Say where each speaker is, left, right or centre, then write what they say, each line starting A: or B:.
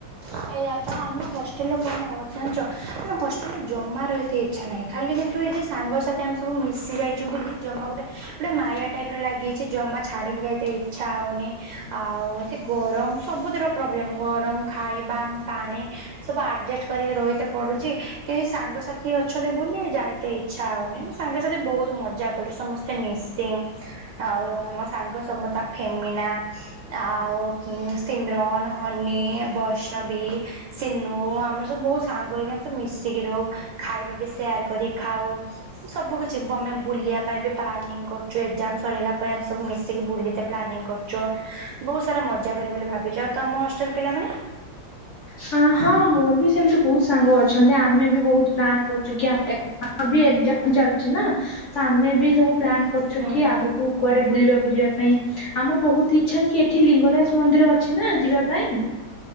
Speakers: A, on the right; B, on the left.
A: ସେଇଆପା ଆମ ହଷ୍ଟେଲରେ କଣ ହେଉଛି ଜାଣିଛ ଆମ ହଷ୍ଟେଲରେ ଜମାରୁ ଏତେ ଇଚ୍ଛା ନାହିଁ। ଖାଲି କିନ୍ତୁ ଏଇ ଯେ ସାଙ୍ଗସାଥି ଆମେ ସବୁ ମିଶି ଯାଇଛୁ ବୋଲି ଜମା ଗୋଟେ ଗୋଟେ ମାୟା ଟାଇପର ଲାଗିଛି ଜମା ଛାଡିକି ଯିବାକୁ ଇଚ୍ଛା ହଉନି ଆଉ ସେ ଗରମ ସବୁଥିରେ ପ୍ରୋବ୍ଲେମ୍ ଗରମ ଖାଇବା ପାଣି ସବୁ ଆଡ଼ଜେଷ୍ଟ କରିକି ରହିଥା। ପଢୁଛି କେହି ସାଙ୍ଗସାଥି ଅଛନ୍ତି ବୋଲି ଯାଇତେ ଈଛି। ଇଛା ହଉନି ଆ ସାଙ୍ଗେ ସାଥି ବହୁତ ମଜା କରୁ ସମସ୍ତେ ମିସିଙ୍ଗି। ଆଉ ମୋ ସାଙ୍ଗ ସମତା ଫେମିନା। ଆଉ ସିମରନ୍ ହନି ବଷ୍ଣ ବୈଣବୀ ସିନୁ ଆମେ ସବୁ ସାଙ୍ଗ ହେଇକି ଆମେ ସବୁ ମିଶିକି ରହୁ ଖାଇବା ବି ସେୟାର କରି ଖାଉ। ସବୁ କିଛି ଆମେ ବୁଲିବା ପାଇଁ ବି ପ୍ଲାନିଂ କରୁଛୁ ଏକ୍ଜାମ ସରିଲା ପରେ ଆମେ ସବୁ ମିଶିକି ବୁଲି ପ୍ଲାନିଂ କରୁଛୁ ବହୁତ ସାରା ମଜା କରିବୁ ବୋଲି ଭାବିଛୁ, ଆଉ ତମ ହଷ୍ଟେଲ ପିଲାମାନେ
B: ହଁ ହଁ ମୋର ବି ସେମିତି ବହୁତ ସାଙ୍ଗ ଅ ଆମେ ବି ବହୁତ ପ୍ଲାନ୍ କରୁଛୁ କି ଆମେ ଆମର ବି ଏକ୍ଜାମ ଚାଲିଛି ନା ତ ଆମେ ବି ସବୁ ପ୍ଲାନ୍ କରିଚୁ
A: ହୁଁ
B: କି ଆଗକୁ କୁଆଡେ ବୁଲିବାକୁ ଯିବା ପାଇଁ ଆମର ବହୁତ ଇଚ୍ଛା କି ଏଠି ଲିଙ୍ଗରାଜ ମନ୍ଦିର ଅଛି ନା ଯିବା ପାଇଁ